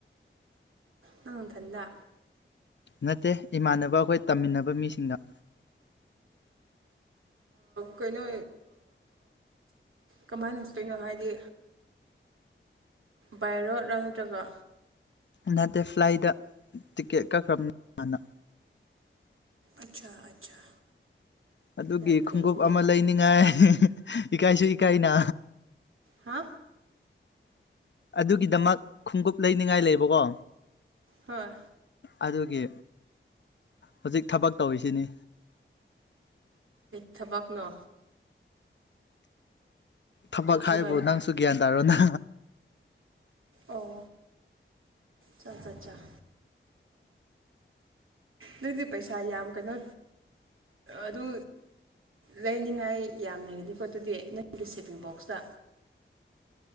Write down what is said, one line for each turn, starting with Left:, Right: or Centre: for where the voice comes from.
Right: ꯅꯪꯟꯊꯟꯗ
Left: ꯅꯠꯇꯦ ꯏꯃꯥꯟꯅꯕ ꯑꯩꯈꯣꯏ ꯇꯝꯃꯤꯟꯅꯕ ꯃꯤꯁꯤꯡꯗ
Right: ꯀꯩꯅꯣ ꯀꯃꯥꯏꯅꯠꯇꯣꯏꯅꯣ ꯍꯥꯏꯗꯤ ꯚꯥꯏꯔꯣꯠꯂ ꯅꯠꯇ꯭ꯔꯒ
Left: ꯅꯠꯇꯦ ꯐ꯭ꯂꯥꯏꯠꯇ ꯇꯤꯀꯦꯠ ꯀꯛꯈ꯭ꯔꯕꯅ
Right: ꯑꯆꯥ ꯑꯆꯥ
Left: ꯑꯗꯨꯒꯤ
Right: ꯌꯥꯝ ꯐꯩꯅꯦ
Left: ꯈꯣꯡꯎꯞ ꯑꯃ ꯂꯩꯅꯤꯡꯉꯥꯏ ꯏꯀꯥꯏꯁꯨ ꯏꯀꯥꯏꯅ
Right: ꯍꯥ
Left: ꯑꯗꯨꯒꯤꯗꯃꯛ ꯈꯣꯡꯎꯞ ꯂꯩꯅꯤꯡꯉꯥꯏ ꯂꯩꯕꯀꯣ
Right: ꯍꯣꯏ
Left: ꯑꯗꯨꯒꯤ ꯍꯧꯖꯤꯛ ꯊꯕꯛ ꯇꯧꯔꯤꯁꯤꯅꯤ
Right: ꯊꯕꯛꯅꯣ
Left: ꯊꯕꯛ
Right: ꯖꯨꯒꯥꯂꯤ
Left: ꯍꯥꯏꯕꯨ ꯅꯪꯁꯨ ꯒ꯭ꯌꯥꯟ ꯇꯥꯔꯣ ꯅ
Right: ꯑꯣ ꯆꯠ ꯆꯠꯆꯥꯥ ꯅꯪꯗꯤ ꯄꯩꯁꯥ ꯌꯥꯝ ꯀꯩꯅꯣ ꯑꯗꯨ ꯂꯩꯅꯤꯉꯥꯏ ꯌꯥꯝ ꯂꯩꯒꯅꯤ ꯄꯣ ꯑꯗꯨꯗꯤ ꯅꯪꯒꯤ ꯁꯦꯞꯚꯤꯡ ꯕꯣꯛꯁꯇ